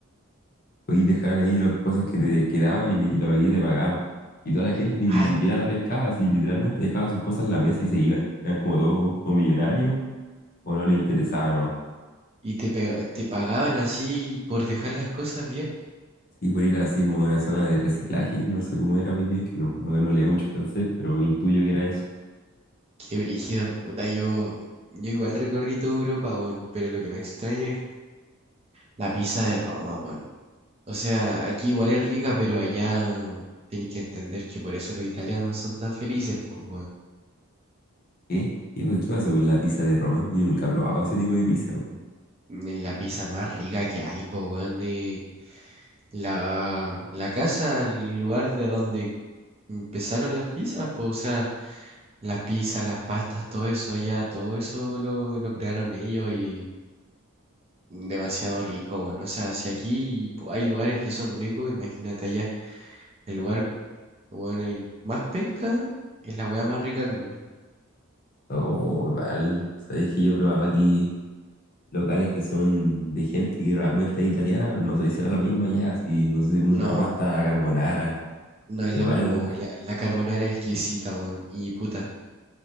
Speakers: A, on the left; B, on the right.
A: Podías dejar ahí las cosas que te quedaban y, y la maquinita te pagaba. Y toda la gente ni,
B: Ay,
A: ni siquiera la pescaba, así literalmente dejaba sus cosas en la mesa y se iban. Eran como todos o millonarios o no les interesaba nomás.
B: y te, pega- te pagaban así por dejar las cosas bien.
A: Sí, por ir así como a una zona de reciclaje, no sé cómo era muy bien, que no, no, no leo mucho francés, pero intuyo que era eso.
B: Qué brígido, puta, yo, yo igual recorrí toda Europa, weón, pero lo que me extraña es la pizza de Roma, weón. O sea, aquí igual es rica, pero allá tenéis que entender que por eso los italianos son tan felices, pues, weón.
A: ¿Qué? ¿Qué, qué pasó con la pizza de Roma? Yo nunca he probado ese tipo de pizza. weón.
B: En La pizza más rica que hay, pues, weón, eh, la, la casa, el lugar de donde empezaron las pizzas, pues, o sea. Las pizzas, las pastas, todo eso allá, todo eso lo, lo crearon ellos y demasiado rico, bueno. O sea, si aquí po- hay lugares que son ricos, imagínate allá. El lugar, bueno, el más penca es la weá más rica del mundo.
A: O igual, sabéis que yo he probado aquí locales que son de gente que realmente es italiana, pero no sé si será la misma ya, si no sé, una
B: No,
A: pasta a la carbonara.
B: no es
A: Pero
B: lo
A: igual,
B: mismo. La, la carbonara es exquisita, weón. Y puta,